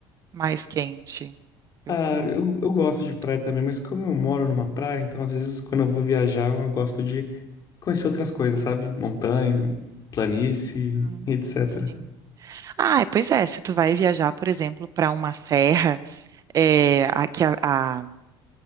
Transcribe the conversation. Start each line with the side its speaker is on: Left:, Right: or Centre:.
Right: mais quente. Eu,
Left: Ah,
Right: eu
Left: eu, eu gosto de
Right: curto.
Left: praia também, mas como eu moro numa praia, então às vezes quando eu vou viajar, eu gosto de conhecer outras coisas, sabe? Montanha, planície,
Right: Uhum,
Left: etc.
Right: Sim. Ah, é, pois é. Se tu vai viajar, por exemplo, para uma serra é, a, que a, a,